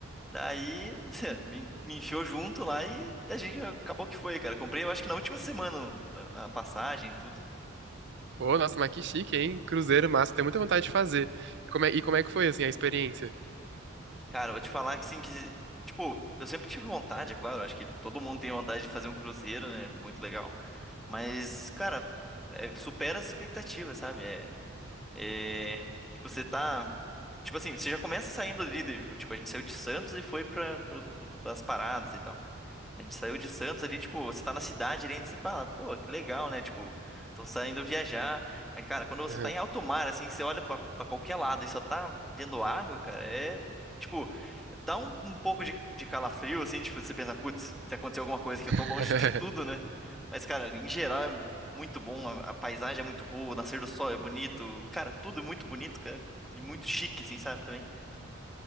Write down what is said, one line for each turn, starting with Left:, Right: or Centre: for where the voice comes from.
Centre: Daí <laughs> me, me enfiou junto lá e a gente acabou que foi, cara. Comprei, eu acho que na última semana a a passagem, e tudo.
Right: Pô, nossa, mas que chique, hein? Cruzeiro massa. Tenho muita vontade de fazer. Como é- e como é que foi, assim, a experiência?
Centre: Cara, eu vou te falar que sim, que, tipo, eu sempre tive vontade, é claro, acho que todo mundo tem vontade de fazer um cruzeiro, né? Muito legal. Mas, cara, é, supera as expectativas, sabe? É, é, tipo, você tá. Tipo assim, você já começa saindo líder. Tipo, a gente saiu de Santos e foi pra, pra, as paradas e tal. A gente saiu de Santos ali, tipo, você tá na cidade ali, e você fala, pô, que legal, né? Tipo, tô saindo viajar. Mas, cara, quando você
Right: Uhum.
Centre: tá em alto mar, assim, que você olha pra, pra qualquer lado e só tá vendo água, cara, é. Tipo, dá um, um pouco de, de calafrio, assim, tipo, você pensa, putz, se acontecer alguma coisa que
Right: <laughs>
Centre: eu tô longe de tudo, né? Mas, cara, em geral é muito bom, a, a paisagem é muito boa, o nascer do sol é bonito, cara, tudo é muito bonito, cara, e muito chique, assim, sabe, também.